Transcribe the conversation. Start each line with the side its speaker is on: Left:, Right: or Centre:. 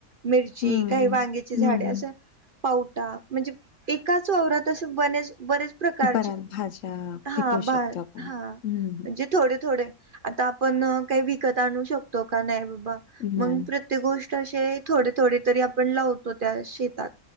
Right: मिरची
Left: हं,
Right: काही वांग्याची झाडे
Left: हं,
Right: असं.
Left: हं.
Right: पावटा म्हणजे एकाच ववरवरात असे ब बरेच. प्रकारचे
Left: बऱ्याच भाज्या
Right: हा
Left: पिकवू
Right: बा
Left: शकतो आपण.
Right: हा म्हणजे
Left: हं,
Right: थोडे थोडे आता आपण काही विकत आणू शकतो का नाही बाबा मग
Left: नाही.
Right: प्र्य गोष्ट असे थोडे थोडे तरी आपण लावतो त्या शेतात